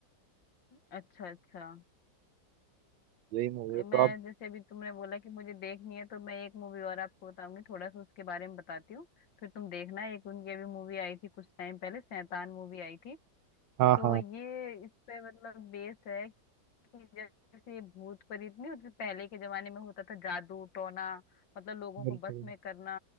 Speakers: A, on the left; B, on the right.
A: अच्छा अच्छा
B: यही मूवी है
A: मैं
B: तो आप
A: जैसे अभी तुमने बोला कि मुझे देखनी है तो मैं एक मूवी और आपको बताऊंगी थोड़ा सा उसके बारे में बताती हूँ फिर तुम देखना एक उनकी अभी मूवी आई थी कुछ टाइम पहले शैतान मूवी आई थी
B: हाँ
A: तो
B: हाँ
A: ये इस पे मतलब बेस्ड है कि जैसे ये भूत प्रेत नहीं होते पहले के जमाने में होता था जादू टोना मतलब लोगों
B: बिल्कुल
A: को बस में करना